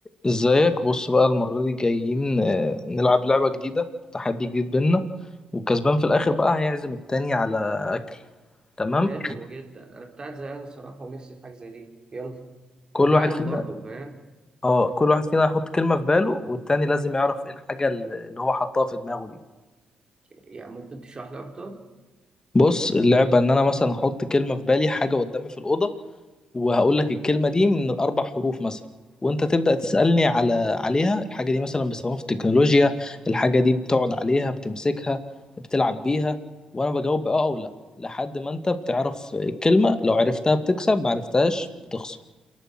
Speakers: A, on the left; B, on the right.
A: ازيك بص بقى المرة دي جايين آه، نلعب لعبة جديدة تحدي جديد بينا والكسبان في الآخر بقى هيعزم التاني على أكل تمام
B: حلو جدا انا كنت قاعد زهقان الصراحه ونفسي في حاجه زي دي يلا
A: كل
B: وجعان
A: واحد فينا
B: برضه فاهم
A: اه كل واحد فينا هيحط كلمة في باله والتاني لازم يعرف ايه الحاجة اللي اللي هو حطها في دماغه دي
B: يعني ممكن تشرح لي اكتر
A: بص اللعبة ان انا مثلا احط كلمة في بالي حاجة قدامي في الأوضة وهقول لك الكلمة دي من أربع حروف مثلا وأنت تبدأ تسألني على عليها الحاجة دي مثلا بيستخدموها في التكنولوجيا الحاجة دي بتقعد عليها بتمسكها بتلعب بيها وأنا بجاوب بأه أو لأ لحد ما أنت بتعرف الكلمة لو عرفتها بتكسب ما عرفتهاش بتخسر